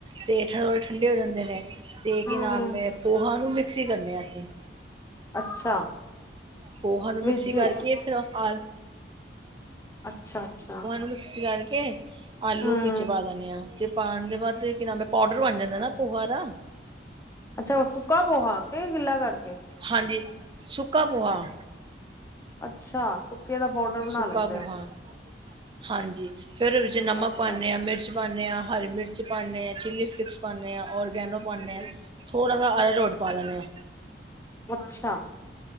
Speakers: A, on the right (about 30°); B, on the left (about 15°).
A: ਤੇ ਠੰਡੇ ਹੋ ਜਾਂਦੇ ਨੇ ਤੇ ਕੀ
B: ਹੂੰ
A: ਨਾਮ ਅ ਪੋਹਾ ਨੂੰ ਮਿਕਸੀ ਕਰਨੇ ਆ ਅਸੀਂ
B: ਅੱਛਾ।
A: ਪੋਹਾ ਨੂੰ ਮਿਕਸੀ
B: ਵਿੱਚ
A: ਕਰਕੇ
B: ਹੀ,
A: ਫਿਰ ਆਪਾ
B: ਅੱਛਾ ਅੱਛਾ
A: ਮਿਕਸ ਕਰਕੇ ਆਲੂ
B: ਹੂੰ
A: ਵਿਚ ਪਾ ਦੇਣੇ ਆ ਤੇ ਪਾਉਣ ਦੇ ਬਾਅਦ ਕੀ ਨਾਮ ਏ ਪਾਊਡਰ ਬਣ ਜਾਂਦਾ ਨਾ ਪੋਹਾ ਦਾ
B: ਅੱਛਾ ਸੁੱਕਾ ਪੋਹਾ ਕੇ ਗੀਲਾ ਕਰਕੇ
A: ਹਾਂਜੀ ਸੁੱਕਾ ਪੋਹਾ
B: ਅੱਛਾ ਸੁੱਕੇ ਦਾ ਪੋਡਰ ਬਣਾ
A: ਸੁੱਕਾ
B: ਲੈਂਦੇ
A: ਪੋਹਾ
B: ਹੋ।
A: ਹਾਂਜੀ ਫੇਰ
B: ਹੋ
A: ਉਹਦੇ ਵਿੱਚ ਨਮਕ
B: ਅੱਛਾ
A: ਪਾਉਂਦੇ ਹਾਂ ਮਿਰਚ ਪਾਉਦੇ ਹਾਂ ਹਰੀ ਮਿਰਚ ਪਾਦੇ ਹਾਂ ਚਿੱਲੀ ਫਲੇਕਸ ਪਾਉਂਦੇ ਹਾਂ ਔਰਗੈਨੋ ਪਾਉਂਦੇ
B: ਅ
A: ਆ ਥੋੜਾ ਜਾ ਅਰਾਰੋਟ ਪਾ ਲੈਂਦੇ ਹਾਂ।
B: ਅੱਛਾ।